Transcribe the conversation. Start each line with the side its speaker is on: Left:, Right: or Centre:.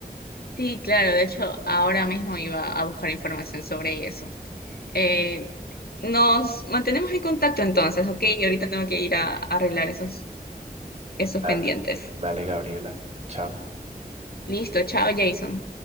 Left: Sí, claro, de hecho, ahora mismo iba a buscar información sobre eso. Eh, nos mantenemos en contacto entonces, ¿ok? Y ahorita tengo que ir a, a arreglar esos, esos
Right: Dale,
Left: pendientes.
Right: dale, Gabriela. Chao.
Left: Listo, chao, Jason.